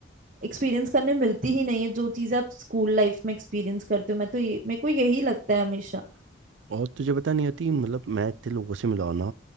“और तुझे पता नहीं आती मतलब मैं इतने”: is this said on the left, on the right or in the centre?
Right